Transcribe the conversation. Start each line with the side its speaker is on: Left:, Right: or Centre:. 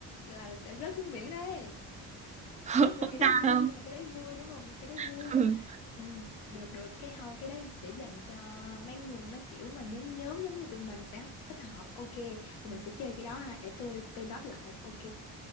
Left: là sẽ rớt xuống biển đấy
Right: <laughs>
Left: nhưng
Right: không
Left: mà cái đấy
Right: sao
Left: vui
Right: đâu
Left: nhưng mà cái đấy vui đúng không nhưng cái đấy vui
Right: ừ.
Left: ừ, được được cái không cái đấy sẽ dành cho mấy người mấy kiểu mà nhóm nhóm giống như tụi mình sẽ thích hợp ok tụi mình sẽ chơi cái đó ha để tôi tôi note lại ok